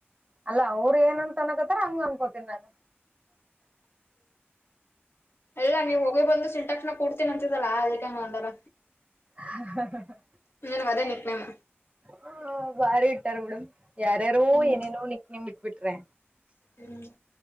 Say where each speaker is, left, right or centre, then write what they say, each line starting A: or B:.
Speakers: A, on the right; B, on the left.
A: ಅಲ್ಲ ಅವ್ರ ಏನ ಅಂತ ಅನ್ನಾಕತ್ತಾರ ಹಂಗ ಅನ್ಕೋತಿನಿ ನಾನು
B: ಇಲ್ಲ ನೀವ್ ಹೋಗಿ ಬಂದು ಸಿಂಟ್ಯಾಕ್ಸ್ನ ಕೂಡ್ತೀನ ಅಂತಿದಲ್ಲಾ ಅದಕ್ಕೆ ಹಂಗ ಅಂದಾರ
A: ಹ ಹಾ ಹ ಹ
B: ನಿನ್ಗ ಅದೆ ನಿಕ್ ನೆಮ್
A: ಹ ಬಾರಿ ಇಟ್ಟಾರ ಬಿಡ ಯಾರ್ಯಾರೂ
B: ಹ್ಮ್
A: ಏನೇನೋ ನಿಕ್ ನೆಮ್ ಇಟ್ಬಿಟ್ರೆ
B: ಹ್ಮ್.